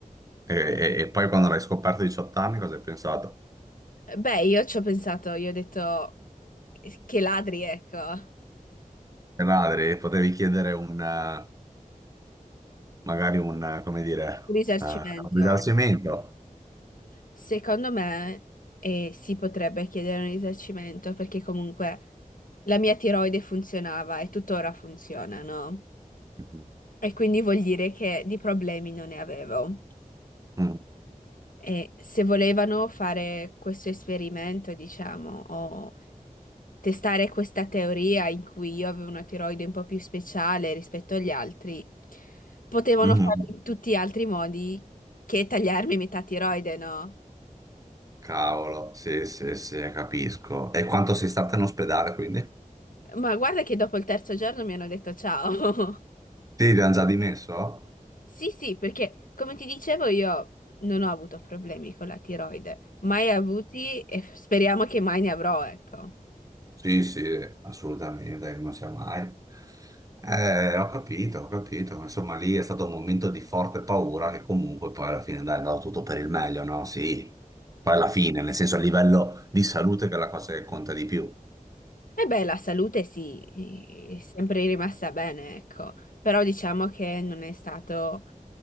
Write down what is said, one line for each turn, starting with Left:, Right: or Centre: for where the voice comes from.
Right: E, e- e poi quando l'hai scoperto a 18 anni cosa hai pensato?
Left: Beh, io ci ho pensato, io ho detto "Eh, che ladri, ecco, un
Right: le madri, potevi chiedere un, eh, magari un, eh, come dire,
Left: risarcimento.
Right: eh, un risarcimento.
Left: Secondo me eh, si potrebbe chiedere un risarcimento perché comunque la mia tiroide funzionava e tuttora funziona, no?
Right: Mhm.
Left: E quindi vuol dire che di problemi non ne avevo.
Right: Mm.
Left: E se volevano fare questo esperimento, diciamo, o testare questa teoria in cui io avevo una tiroide un po' più speciale rispetto agli altri, potevano
Right: Mhm.
Left: fare in tutti gli altri modi che tagliarmi metà tiroide, no?
Right: Cavolo, sì, sì, sì, capisco. E quanto sei stata in ospedale, quindi?
Left: Ma guarda che dopo il terzo giorno mi hanno detto ciao. <laughs>
Right: Sì, ti hanno già dimesso?
Left: Sì, sì, perché come ti dicevo io non ho avuto problemi con la tiroide, mai avuti e f- speriamo che mai ne avrò, ecco.
Right: Sì, sì, assolutamente, non sia mai. Eh, ho capito, ho capito. Insomma, lì è stato un momento di forte paura che comunque poi alla fine dai, è andato tutto per il meglio, no? Sì, poi alla fine, nel senso a livello di salute che è la cosa che conta di più.
Left: E beh, la salute sì, è sempre rimasta bene, ecco, però diciamo che non è stato